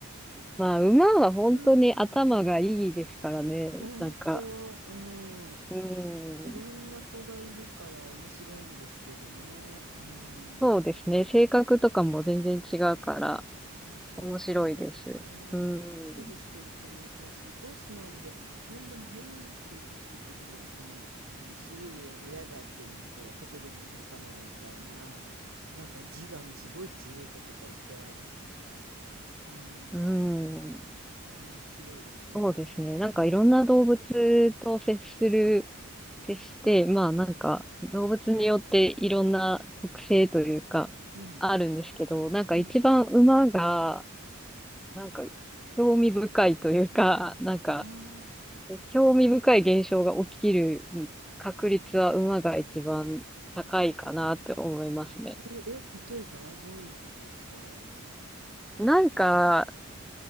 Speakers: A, in the centre; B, on the right.
A: まあ、馬は本当に頭がいいですからね。
B: うん。本当。
A: なんか、
B: うん。
A: うん、
B: いろんな子がいるから面白いんですけどね。うん。
A: そうですね。性格とかも全然違うから、
B: そうそうそう。
A: 面白いです。
B: ねえ、
A: うん。
B: のんびりしてる子もいて、すごい素直で、何でも「はい」っていうこと聞いてくれる子もいるし、嫌だってなったらてこでも動かないみたいな、なんか自我のすごい強い子とかいて、うん、
A: うん。
B: 面白いです。
A: そうですね。なんかいろんな動物と接する、接して、まあなんか動物によっていろんな特性というかあるんですけど、
B: うん、
A: なんか一番馬が
B: うん。
A: なんか興味深いというか、<laughs> なんか
B: ああ、
A: 興味深い現象が起きる確率は馬が一番高いかなって思いますね。
B: え、え、例えばどういうことですかう
A: なんか、